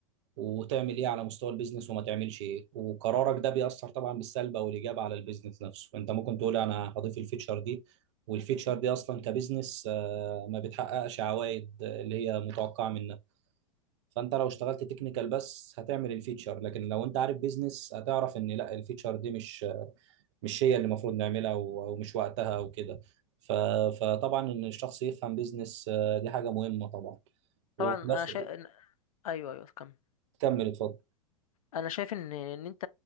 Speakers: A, on the right; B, on the left.
A: وتعمل ايه على مستوى البيزنس وما تعملش ايه وقرارك ده بيأثر طبعا بالسلب او الايجاب على البيزنس نفسه انت ممكن تقول انا هضيف الفيتشر دي والفيتشر دي اصلا كبيزنس آه، ما بتحققش عوائد آه، اللي هي متوقعه منها فانت لو اشتغلت تكنيكال بس هتعمل الفيتشر لكن لو انت عارف بيزنس هتعرف ان لا الفيتشر دي مش مش هي اللي المفروض نعملها و- ومش وقتها او كده ف- فطبعا ان الشخص يفهم بيزنس آه، دي حاجه مهمه طبعا
B: طبعا
A: وفي
B: انا
A: الاخر
B: شايف إن... ايوه ايوه كمل
A: كمل اتفضل
B: انا شايف ان ان انت